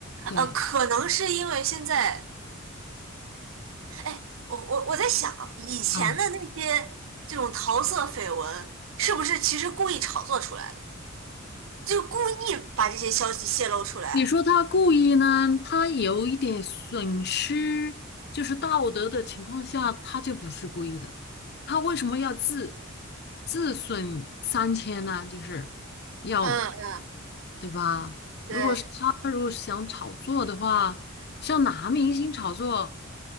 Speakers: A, on the left (about 50°); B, on the right (about 65°).
A: 对
B: 呃，可能是因为现在，哎，我我我在想，以前的那些这种桃色绯闻，
A: 啊，
B: 是不是其实故意炒作出来的？就故意把这些消息泄露出来？
A: 你说他故意呢，他有一点损失，就是道德的情况下，他就不是故意的。他为什么要自自损三千呢？就是要，
B: 嗯嗯，
A: 对吧？如果是他如果想炒作的话，
B: 对，
A: 像男明星炒作，